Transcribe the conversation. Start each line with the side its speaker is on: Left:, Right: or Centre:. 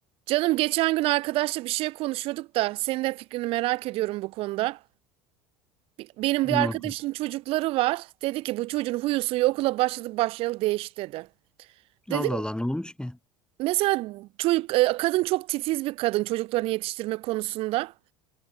Right: Canım geçen gün arkadaşla bir şey konuşuyorduk da senin de fikrini merak ediyorum bu konuda. Bi- Benim
Centre: Ne
Right: bir arkadaşın
Centre: oldu?
Right: çocukları var. Dedi ki bu çocuğun huyu suyu okula başladı başlayalı değişti dedi. Dedim
Centre: Allah Allah ne olmuş ki?
Right: mesela çocuk e, kadın çok titiz bir kadın çocuklarını yetiştirme konusunda.